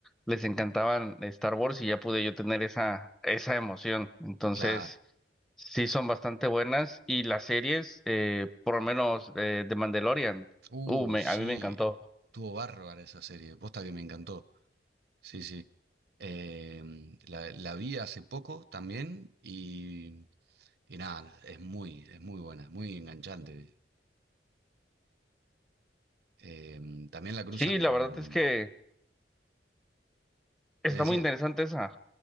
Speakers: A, in the centre; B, on the right (about 60°).
A: les encantaban Star Wars y ya pude yo tener esa, esa emoción. Entonces,
B: Claro.
A: sí son bastante buenas. Y las series, eh, por lo menos eh, de Mandalorian,
B: Uh,
A: uh, me-
B: sí.
A: a mí me encantó.
B: Tuvo bárbara esa serie. Posta que me encantó. Sí, sí. Em, la, la vi hace poco también y, y nada, es muy, es muy buena, es muy enganchante. Em, también la cruzan
A: Sí, la
B: con...
A: verdad es que está
B: ¿Me decías?
A: muy interesante esa.